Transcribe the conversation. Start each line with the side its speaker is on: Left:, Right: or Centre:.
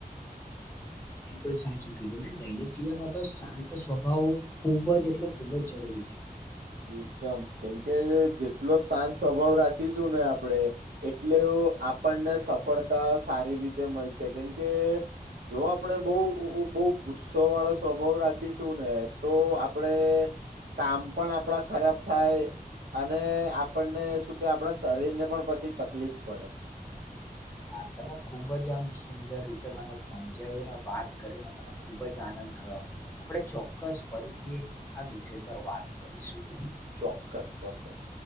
Left: <inaudible> બિલકુલ સાચું કીધું ને દૈનિક જીવનમાં તો શાંત સ્વભાવ ખૂબ જ એટલે ખુબ જ જરૂરી છે.
Right: એકદમ કેમકે જેટલો શાંત સ્વભાવ રાખીશું ને આપડે એટલો આપણને સફળતા સારી રીતે મળશે કેમકે જો આપણેે બો બહુ ગુસ્સો વાળો સ્વભાવ રાખીશું ને તો આપણેે કામ પણ આપડા ખરાબ થાય અને આપણને શું કે આપણા શરીર ને પણ પછી તકલીફ પડે.
Left: <inaudible> હા તમે ખુબ જ આમ સુંદર રીતે મને સમજાવીને વાત કરીને મને ખુબ જ આનંદ થયો. આપણે ચોક્કસ ફરીથી આ વિષય પર વાત કરીશું.
Right: ચોક્કસ ચોક્કસ.